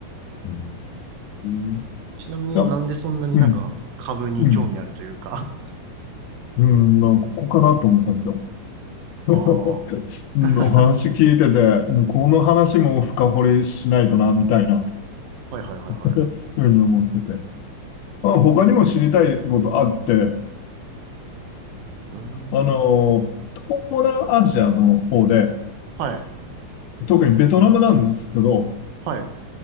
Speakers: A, on the left; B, on the right.
A: うんうんい
B: ちなみになんでそんなになんか株に興味あるというか。
A: や、うん、うん、うん、なんかここかなと思ったんですよ。
B: <laughs>
A: <laughs>
B: あ
A: うん、
B: あ。
A: お話聞いてて、
B: <laughs>
A: もこの話も深掘りしないとな、みたいな
B: はいはいはいはい。
A: <laughs> ふうに思ってて。まあ、他にも知りたいことあって、
B: うーん。
A: あの、東南アジアの方で、
B: はい。
A: 特にベトナムなんですけど、
B: はい。